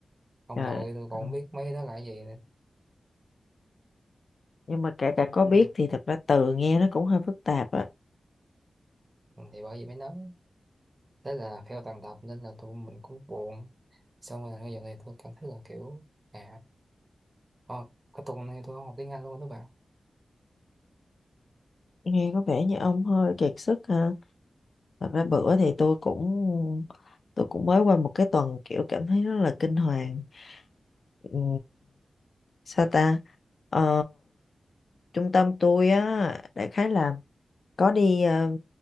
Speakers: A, on the right; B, on the left.
A: ông
B: Trời,
A: nội tôi
B: ờ.
A: còn không biết mấy cái đó là cái gì nữa.
B: nhưng mà kể cả có biết
A: ừ.
B: thì thật ra từ nghe nó cũng hơi phức tạp á.
A: thì bởi vì mới nói thế là theo tầng tập nên là tụi mình cũng buồn xong rồi bây giờ này tôi cảm thấy là kiểu à oh, cái tuần này tôi không học tiếng Anh luôn đó bạn
B: Nghe có vẻ như ông hơi kiệt sức ha. Thật ra bữa thì tôi cũng tôi cũng mới qua một cái tuần kiểu cảm thấy rất là kinh hoàng. Ừ. Sao ta? Ờ, trung tâm tôi á, đại khái là có đi ờ,